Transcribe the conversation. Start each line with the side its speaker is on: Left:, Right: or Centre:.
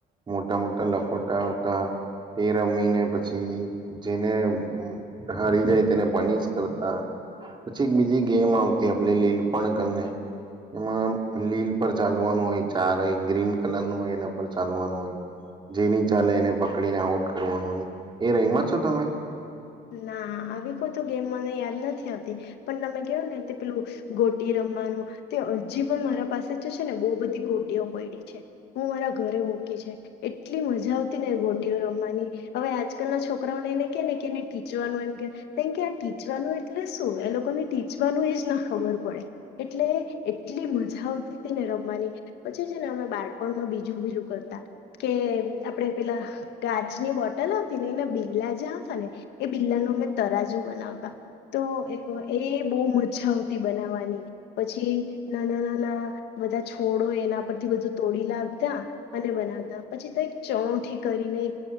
Right: મોટા મોટા લખોટા આવતા તે રમીને પછી જેને ઉમ હારી જાય તેને પનીશ કરતા પછી એક બીજી ગેમ આવતી આપ લીલ પણ કરીને એમાં લીલ પર ચાલવાનું હોય ચાર એક ગ્રીન કલર નું હોય એના પર ચાલવાનું હોય. જે ની ચાલે એને પકડીને આઉટ કરવાનું હોય. એ રઈમાં છો તમે?
Left: ના આવી કોઈ તો ગેમ મને યાદ નથી. પણ તમે કયો ને તે પેલું ગોટી રમવાનું તે હજી પણ મારા પાસે છે ને બહ બધી ગોટીઓ પડી છે હું મારા ઘરે મૂકી છે એટલી મજા આવતી ને ગોટીઓ રમવાની હવે આજકાલ ના છોકરાઓને એને કે ને કે ટીચવાનું એમ કે એમ કે આ ટી ચવાનું એટલે શું? એ લોકોને ટીચવાનું એજ ના ખબર પડે. એટલે એટલી મજા આવતી તી ને રમવાની પછી છે ને અમે બાળપણમાં બીજું બીજુ કરતા કે આપણેે પેલા કાચની બોટલ આવતી ને એના બીલા જે આવતા ને એ બિલા નું અમે તરાજુ બનવતા તો એક એ એ બહુ મજા આવતી બનાવાની પછી નાના નાના બધા છોડો એના પરથી બધું તોડી લાવતા અને બનાવતા. પછી તો એક ચણોઠી કરીને એક